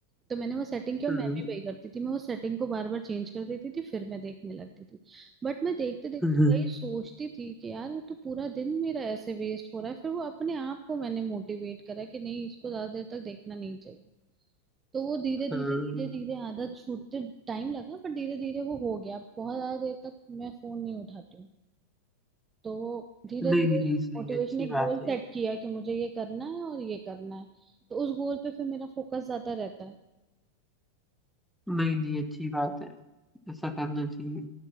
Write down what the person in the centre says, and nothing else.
हम्म
हम्म,
हाँ
नहीं
नहीं नहीं सही
है, अच्छी
बात
है ये।
नहीं नहीं अच्छी बात है ऐसा करना चाहिए